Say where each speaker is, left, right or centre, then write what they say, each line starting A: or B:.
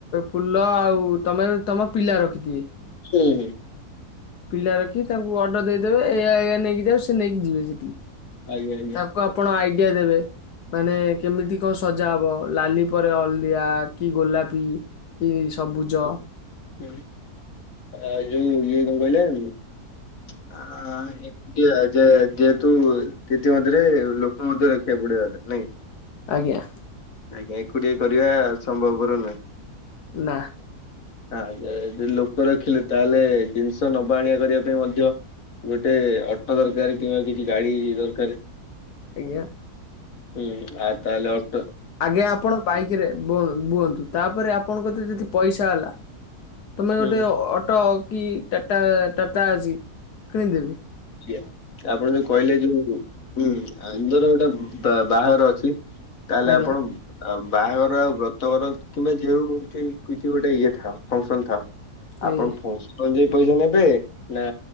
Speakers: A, on the left; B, on the left.
A: ଫୁଲ ଆଉ ତମେ ତମ ପିଲା ରଖିଥିବେ
B: ହୁଁ, ହୁଁ।
A: ପିଲା ରଖି ତାଙ୍କୁ ଅର୍ଡ଼ର ଦେଇଦେବେ ଏଇଆ ଏଇଆ ନେଇକି ଯାଉ ସେ ନେଇକି ଯିବେ ସେଠି
B: ଆଜ୍ଞା ଆଜ୍ଞା।
A: ତାଙ୍କୁ ଆପଣ ଆଇଡିଆ ଦେବେ, ମାନେ କେମିତି ସଜା ହବ ଲାଲି ପରେ ହଳଦିଆ କି ଗୋଲାପି କି ସବୁଜ
B: ହୁଁ ଆଇ ଯୋଉ ଇଏ କଣ କହିଲେ <unintelligible> ତିତି ମଧ୍ୟରେ ଲୋକ ମଧ୍ୟ ରଖିବାକୁ ପଡିବ ନାଇଁ।
A: ଆଜ୍ଞା।
B: ଆଜ୍ଞା ଏକୁଟିଆ କରିବା ସମ୍ଭବପର ନୁହେଁ।
A: ନା।
B: ଆ ଯଦି ଲୋକ ରଖିଲେ ତାହେଲେ ଜିନିଷ ନବା ଆଣିବା କରିବା ପାଇଁ ମଧ୍ୟ ଗୋଟେ ଅଟୋ ଦରକାର କିମ୍ବା କିଛି ଗାଡି ଦରକାର।
A: ଆଜ୍ଞା
B: ହୁଁ ଆଉ ତାହେଲେ ଅଟୋ
A: ଆଜ୍ଞା ଆପଣ ବାଇକ ରେ ବୁଅନ୍ ବୁହନ୍ତୁ ତାପରେ ଆପଣଙ୍କ ଯଦି ପଇସା ହେଲା ତମେ
B: ହୁଁ
A: ଗୋଟେ ଅଟୋ କି ଟାଟା ଟାଟା ଆଜି କିଣି ଦେବେ।
B: କିଏ ଆପଣ ଯୋଉ କହିଲେ ଯୋଉ ହୁଁ ଆନ୍ଦୋର ଗୋଟେ ବା ବାହାଘର ଅଛି ତାହେଲେ
A: ଆଜ୍ଞା
B: ଆପଣ ଆଉ ବାହାଘର ଆଉ ବ୍ରତଘର କିମ୍ବା ଯେଉଁଠି କିଛି ଗୋଟେ ଇଏ ଥାଉ ଫଙ୍କ୍ସନ ଥାଉ। ଆପଣ
A: ଆଜ୍ଞା।
B: ଫଙ୍କ୍ସନ ଅନୁଯାୟୀ ପଇସା ନେବେ ନା